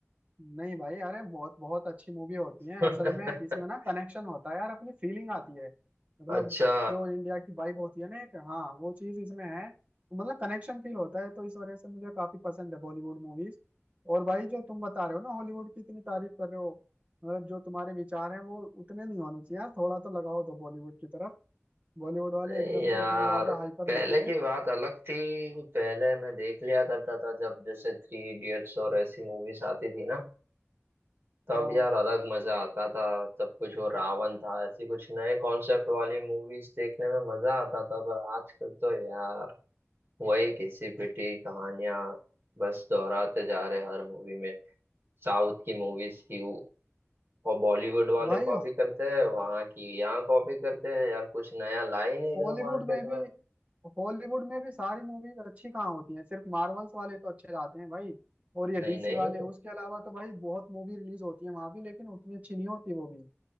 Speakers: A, on the right (about 30°); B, on the right (about 55°).
A: नहीं भाई अरे बहुत बहुत अच्छी मूवी होती है
B: <laughs>
A: असल में इसमें ना कनेक्शन होता है यार अपनी फीलिंग आती है मतलब
B: अच्छा
A: जो इंडिया की वाइब होती है ना एक हाँ वो चीज इसमें है तो मतलब कनेक्शन फील होता है तो इस वजह से मुझे काफी पसंद है बॉलीवुड मूवीज और भाई जो तुम बता रहे हो ना हॉलीवुड की इतनी तारीफ कर रहे हो मतलब जो तुम्हारे विचार हैं वो उतने नहीं होने चाहिए यार थोड़ा तो लगाओ दो बॉलीवुड की तरफ बॉलीवुड वाले
B: नहीं
A: एकदम
B: यार
A: से उतने ज्यादा हाइपर नहीं
B: पहले
A: होते
B: की बात अलग थी पहले मैं देख लिया करता था जब जैसे थ्री इडियट्स और ऐसी मूवीज आती थी ना तब
A: हाँ
B: यार अलग मजा आता था तब कुछ वो रावण था ऐसी कुछ नए कॉन्सेप्ट वाली मूवीज देखने में मजा आता था पर आजकल तो यार वही घिसी पिटी कहानियां बस दोहराते जा रहे हैं हर मूवी में साउथ की मूवीज की और बॉलीवुड वाले
A: भाई
B: कॉपी करते हैं वहां की यहाँ कॉपी करते हैं यार कुछ नया ला ही नहीं
A: हॉलीवुड
B: रहे हो मार्केट
A: में भी
B: में
A: हॉलीवुड में भी सारी मूवीज अच्छी कहाँ होती हैं सिर्फ मार्वल्स वाले तो अच्छे लाते हैं भाई और ये
B: नहीं
A: डीसी
B: नहीं
A: वाले उसके अलावा तो भाई बहुत मूवी रिलीज होती है वहां भी लेकिन उतनी अच्छी नहीं होती वो भी